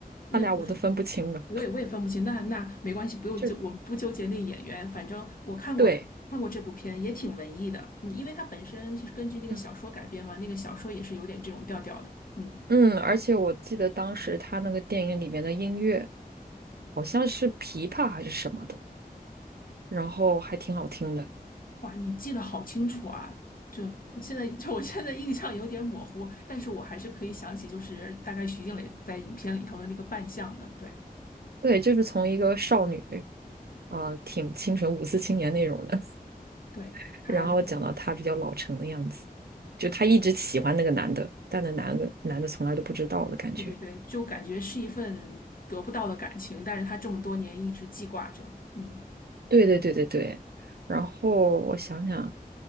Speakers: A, on the left (about 60°); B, on the right (about 80°).
A: 那不是，
B: 他俩我都分不清了。
A: 我也我也分不清。那那没关系，不用纠，
B: 就
A: 我们不纠结那演员。反正我看过他，
B: 对，
A: 看过这部片，也挺文艺的。嗯，因为他本身其实根据那个小说改编嘛，
B: 嗯
A: 那个小说也是有点这种调调的。嗯，
B: 嗯，而且我记得当时他那个电影里面的音乐好像是琵琶还是什么的，然后还挺好听的。
A: 哇，你记得好清楚啊！就我现在就我现在印象有点模糊，但是我还是可以想起，就是大概徐静蕾在影片里头的那个扮相的。对，
B: 对，就是从一个少女，呃，挺清纯五四青年那种的，
A: 对，
B: <laughs>
A: 他，
B: 然后讲到她比较老成的样子，
A: 对，
B: 就她一直喜欢那个男的，但那男的男的从来都不知道的感觉。
A: 对对对，就感觉是一份得不到的感情，但是他这么多年一直记挂着。嗯。
B: 对对对对对。然后我想想，